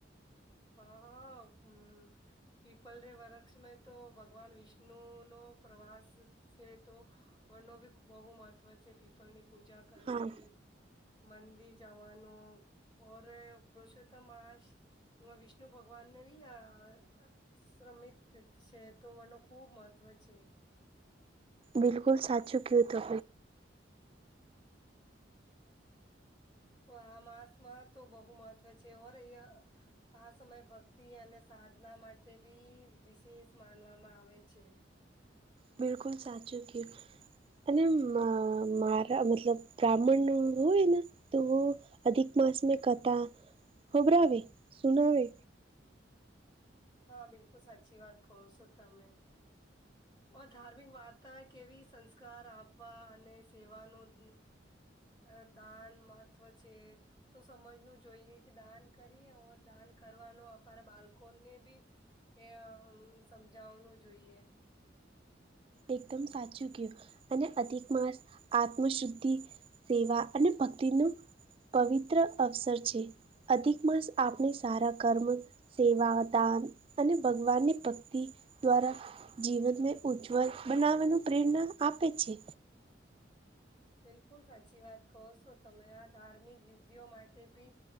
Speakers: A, on the left; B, on the right.
A: હા, હા, હમ પીપલ રે વૃક્ષ મે તો ભગવાન વિષ્ણુ ન પ્રવાસ છે તો વ ન ભી બહુ મહત્વ છે પીપલ ની પૂજા કરની
B: હા
A: મંદિર જવાનું ઓર પુરુષોત્તમાસ વિષ્ણુ ભગવાનને ભી આ શ્રમિત તીર્થ છે તો મનો ખુબ મહત્વ છે
B: બિલકુલ સાચું કે તહો
A: આ માંસ માં તો બહુ મહત્વ છે ઓર અહીં આ સમય ભક્તિ અને સાધના માટે બી વિશેષ માનવામાં આવે છે
B: બિલકુલ સાચું કે અને મારા મતલબ, બ્રાહ્મણ હોય ને, તો અધિક માસ મે કથા ખબરાવે, સુનાવે.
A: હા, બિલકુલ સાચી વાત કહો છો તમે. ઓ ધાર્મિક વાર્તા કેવી, સંસ્કાર આપવા અને સેવાનું. અ દાન નું મહત્વ છે. તો સમજવું જોઈએ કે દાન કરી, દાન કરવાનો અ બાળકોને ને બી એ સમજાવવાનું જોઈએ.
B: એકદમ સાચું કહ્યું. અને અધિક માસ, આત્મ શુદ્ધિ સેવા અને ભક્તિ નો પવિત્ર અવસર છે. અધિક માસ આપણે સારા કર્મ. સેવા, દાન અને ભગવાન ની ભક્તિ દ્વારા જીવન. બનાવાનું પ્રેરણા આપે છે.
A: બિલકુલ સાચી વાત કહો છો તમે. આ ધાર્મિક વિધિ માટે બી